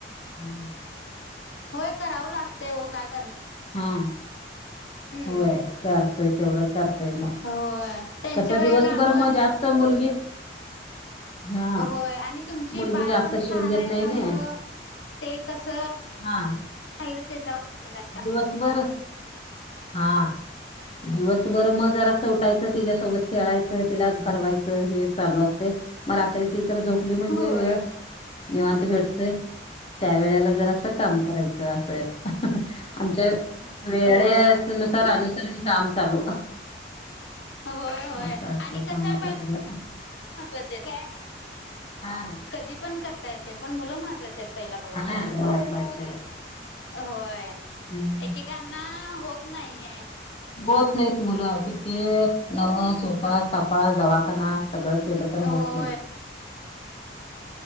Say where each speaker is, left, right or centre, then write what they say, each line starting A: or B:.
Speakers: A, on the left; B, on the left.
A: हम्म हम.
B: होय करावं लागतय काय करणार.
A: हा.
B: हम्म
A: होय करतोय तेवढं करतोय मग
B: होय. त्यांच्या
A: तस
B: वेळेला
A: दिवसभर
B: आपण
A: मग जास्त मुलगी हा
B: होय आणि तुमची
A: मुलगी
B: बाळ
A: जास्त
B: पण लहान
A: शिवून देत
B: आहे
A: नाही
B: त्यामुळं
A: ना
B: ते कस
A: हा
B: त्यांच्यावर डिफेंड आ
A: दिवसभर हा दिवसभर मग जरा असं उटायचं त्याच्यासोबत खेळायचं तिला भरवायचं हे चालू असते. मग रात्री ती तर झोपली म्हणजे
B: होय
A: वेळ निवांत भेटतेय, त्या वेळेला जर असं काम करायचं असं. आमच्या वेळे
B: होय
A: नुसार, अनुसरण काम चालू
B: होय होय
A: असं असतंय
B: आणि कस
A: कामाचं
B: प
A: सगळं
B: महत्वाचे काय
A: हा
B: कधी पण करता येते पण मुलं महत्वाचे आहेत पहिला बघा
A: हा महत्वाचे आहेत
B: होय
A: हम्म
B: एकेकांना होत नाहीय‌
A: बत नाहीत मुलं किती नवह उपास तपास दवा णा सगळं केलं तर
B: होय
A: होत नाही.